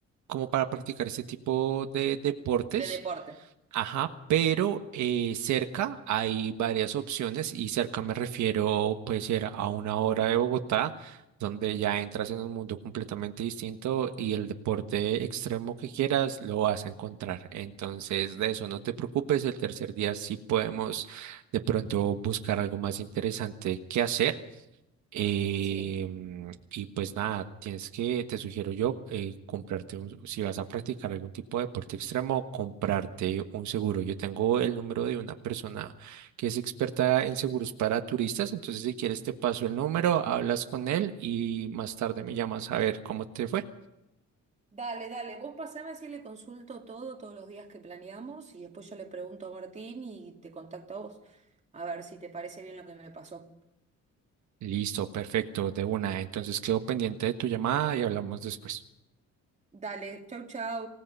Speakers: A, on the right (about 75°); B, on the right (about 25°).
A: como para practicar este tipo de deportes.
B: de deporte.
A: Ajá, pero eh, cerca hay varias opciones y cerca me refiero puede ser a una hora de Bogotá, donde ya entras en un mundo completamente distinto y el deporte extremo que quieras lo vas a encontrar. Entonces, de eso no te preocupes, el tercer día sí podemos de pronto buscar algo más interesante que hacer. Eh,
B: Sí.
A: mm, y pues nada, tienes que, te sugiero yo, eh, comprarte un, si vas a practicar algún tipo de deporte extremo, comprarte un seguro. Yo tengo el número de una persona que es experta en seguros para turistas, entonces si quieres te paso el número, hablas con él y más tarde me llamas a ver cómo te fue.
B: Dale, dale. Vos pasame si le consulto todo, todos los días que planeamos, y después yo le pregunto a Martín y te contacto a vos. A ver si te parece bien lo que me pasó.
A: Listo, perfecto, de una. Entonces quedo pendiente de tu llamada y hablamos después.
B: Dale, chau, chau.